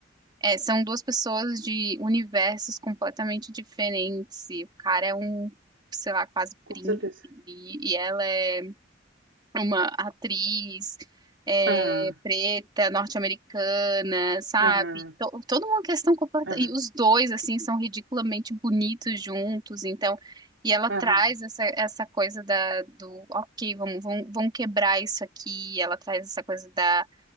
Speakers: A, on the right; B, on the right.
A: é, são duas pessoas de universos completamente diferentes. E o cara é um, sei lá, quase
B: Com
A: príncipe.
B: certeza.
A: E, e ela é uma atriz é,
B: Aham,
A: preta, norte-americana, sabe?
B: aham,
A: To- toda uma questão completa.
B: aham,
A: E os dois, assim, são ridiculamente bonitos juntos. Então, e ela
B: aham.
A: traz essa, essa coisa da, do, ok, vamos, vamos, vamos quebrar isso aqui. Ela traz essa coisa da